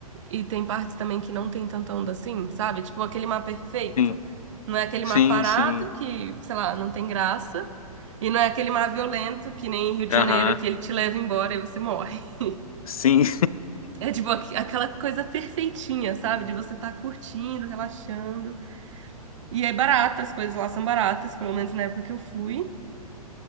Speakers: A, on the right; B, on the left.
A: e tem partes também que não tem tanta onda assim, sabe? Tipo aquele mar perfeito.
B: Sim.
A: Não é aquele
B: Sim,
A: mar parado
B: sim.
A: que, sei lá, não tem graça. E não é aquele mar violento que nem Rio de
B: Aham.
A: Janeiro que ele te leva embora e você morre. <laughs>
B: Sim.
A: É tipo aqu- aquela coisa perfeitinha, sabe? De você estar curtindo, relaxando. E é barata, as coisas lá são baratas, pelo menos na época que eu fui.